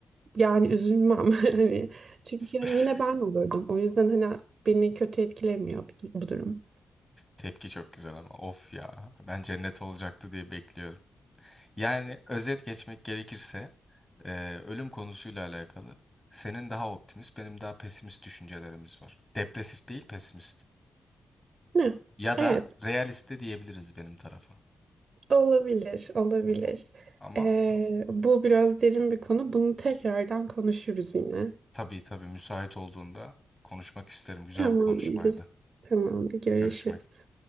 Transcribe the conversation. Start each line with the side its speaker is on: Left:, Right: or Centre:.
Right: yani üzülmem. <laughs> Hani çünkü
Left: <laughs>
Right: hani yine ben olurdum. O yüzden hani beni kötü etkilemiyor bu bu durum.
Left: Tepki çok güzel ama of ya ben cennet olacaktı diye bekliyorum. Yani özet geçmek gerekirse e, ölüm konusuyla alakalı senin daha optimist benim daha pesimist düşüncelerimiz var. Depresif değil pesimist.
Right: Ne?
Left: Ya
Right: Evet
Left: da realiste diyebiliriz benim tarafa.
Right: olabilir olabilir.
Left: Hı hı. Ama
Right: Ee, bu biraz derin bir konu. Bunu tekrardan konuşuruz yine.
Left: tabii tabii müsait olduğunda konuşmak isterim. Güzel
Right: Tamamdır.
Left: bir konuşmaydı.
Right: Tamamdır. Görüşürüz.
Left: Görüşmek